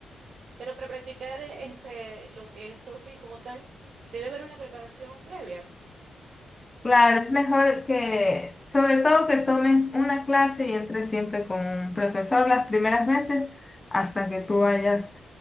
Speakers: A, on the right; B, on the left.
A: Pero para practicar eh, este, lo que es surfing como tal, debe haber una preparación previa.
B: Claro, es mejor que, sobre todo que tomes una clase y entres siempre con un profesor las primeras veces hasta que tú vayas